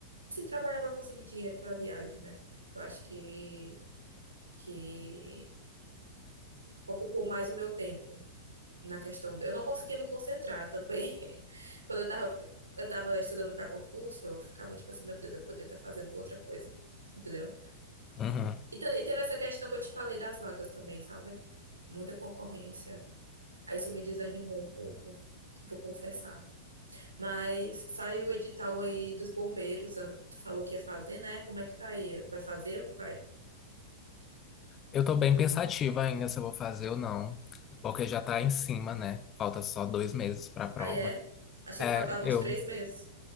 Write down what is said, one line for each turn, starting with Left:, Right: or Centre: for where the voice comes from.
Right: assim, trabalhar para conseguir dinheiro para a viagem, né? Eu acho que, que ocupou mais o meu tempo na questão. Eu não conseguia me concentrar também. <laughs> Quando eu tava, eu tava estudando para concurso, eu ficava tipo assim, meu Deus, eu podia estar fazendo outra coisa, entendeu?
Left: Uhum.
Right: E, te- e teve essa questão que eu te falei das vagas também, sabe? Muita concorrência. Aí isso me desanimou um pouco, vou confessar. Mas saiu o edital aí dos bombeiros. ah, Tu falou que ia fazer, né? Como é que tá aí? Vai fazer ou não vai?
Left: Eu tô bem pensativa ainda se eu vou fazer ou não, porque já tá em cima, né? Falta só dois meses pra prova.
Right: Aí é. Achei
Left: É,
Right: que faltavam
Left: eu.
Right: uns três meses.